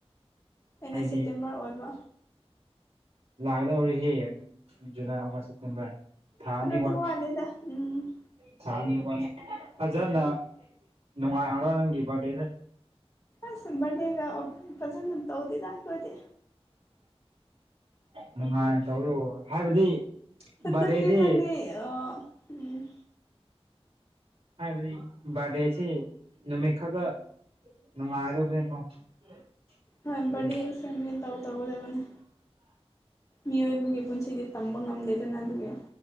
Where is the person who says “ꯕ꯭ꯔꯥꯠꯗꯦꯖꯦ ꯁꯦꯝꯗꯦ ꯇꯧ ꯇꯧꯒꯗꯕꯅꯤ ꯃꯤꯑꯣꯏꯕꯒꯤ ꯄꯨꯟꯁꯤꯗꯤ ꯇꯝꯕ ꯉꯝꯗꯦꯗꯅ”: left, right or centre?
Left